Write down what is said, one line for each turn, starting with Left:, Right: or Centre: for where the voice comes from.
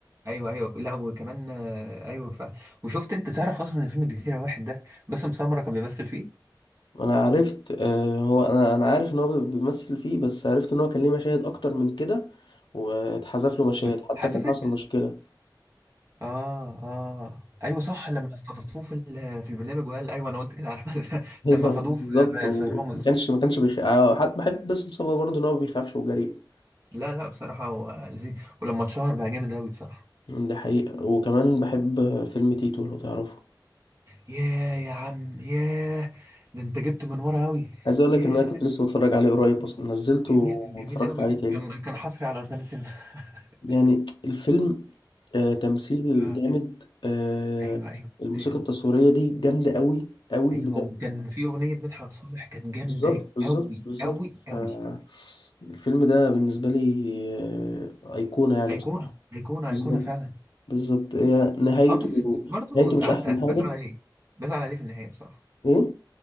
Right: ايوه ايوه لا وكمان آه، ايوه ف... وشفت انت تعرف اصلا ان فيلم الجزيره واحد ده باسم سمره كان بيمثل فيه
Left: انا عرفت آه، هو انا انا عارف ان هو بي- بيمثل فيه بس عرفت ان هو كان ليه مشاهد اكتر من كده واتحذف له مشاهد
Right: واتحذفت
Left: حتى كان حصل مشكلة
Right: اه اه ايوه صح لما استضافوه في ال- في البرنامج وقال ايوه انا قلت كده على احمد <laughs>
Left: ايوه
Right: لما خدوه
Left: بالظبط
Right: في
Left: وما
Right: في رامز
Left: كانش ما كانش بيخ... آه، حتى بحب باسم سمرة برضه ان هو ما بيخافش وجريء
Right: لا لا بصراحه هو لذيذ ولما اتشهر بقى جامد قوي بصراحه
Left: ده حقيقة وكمان بحب فيلم تيتو لو تعرفه
Right: ياه يا عم ياه ده انت جبت من ورا قوي
Left: عايز اقول
Right: ياه
Left: لك ان انا كنت لسه بتفرج عليه قريب اصلا نزلته
Right: جميل
Left: واتفرجت
Right: جميل قوي
Left: عليه تاني
Right: كان كان حصري على روتانا سينما <laughs>
Left: يعني الفيلم آه تمثيل
Right: آه.
Left: جامد آه
Right: ايوه ايوه
Left: الموسيقى
Right: ايوه
Left: التصويرية دي جامدة قوي قوي
Right: ايوه
Left: بجد
Right: وكان في اغنيه مدحت صالح كانت جامده
Left: بالظبط بالظبط
Right: قوي
Left: بالظبط
Right: قوي قوي
Left: آه الفيلم ده بالنسبة لي آه أيقونة يعني
Right: ايقونه
Left: بصراحة
Right: ايقونه
Left: بالظبط
Right: ايقونه فعلا
Left: بالظبط هي نهايته
Right: اه بس برضه
Left: نهايته
Right: زعلت
Left: مش احسن
Right: بزعل
Left: حاجه
Right: عليه بزعل عليه في النهاية بصراحة
Left: ايه